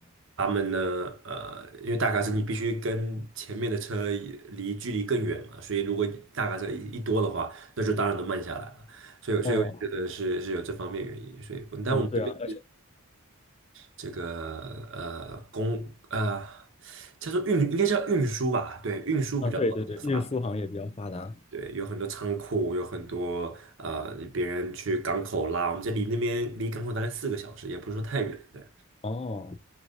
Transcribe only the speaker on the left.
哦
哦，对啊，而且
啊，对对对，运输行业比较发达。
哦